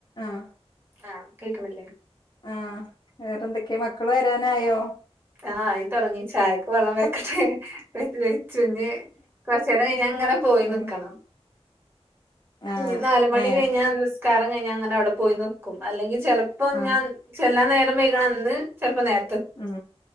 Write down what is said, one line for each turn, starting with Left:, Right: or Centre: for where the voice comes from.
Left: ആഹ്
Right: ആഹ് കേൾക്കുന്നില്ലേ
Left: ആഹ് വേറെന്തൊക്കെയാ മക്കള് വരാനായോ
Right: ആഹ് ആയി തൊടങ്ങി ചായക്ക് വെള്ളം വെക്കട്ടെ പെയ്ത്തില് ച്ചുഞ്ഞ് കൊറച്ചേരം കഴിഞ്ഞാ അങ്ങനെ പോയി
Left: ഉം
Right: നിക്കണം
Left: ആഹ്
Right: ഇഞ്ഞി നാല് മണി
Left: ഏഹ്
Right: കഴിഞ്ഞാ നിസ്കാരം കഴിഞ്ഞാ അങ്ങനെ അവിടെ പോയി നിക്കും അല്ലെങ്കി ചെലപ്പോം
Left: ആഹ്
Right: ഞാൻ ചെല്ലാൻ നേരം വൈകണ അന്ന് ചെലപ്പോ നേര
Left: ഉം